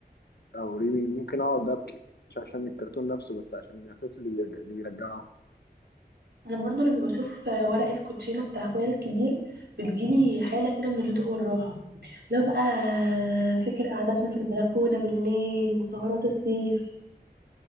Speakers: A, on the left; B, on the right.
A: أو ريمي ممكن أقعد أبكي مش عشان الكرتون نفسه بس عشان الإحساس اللي بيرجع- اللي بيرجعه
B: انا برضو لما بشوف آه، ورق الكوتشينه بتاع اخويا الكبير بتجيلي حاله كده من الهدوء والراحه لو بقى فكر قعدتنا في البلكونه بالليل وسهرات الصيف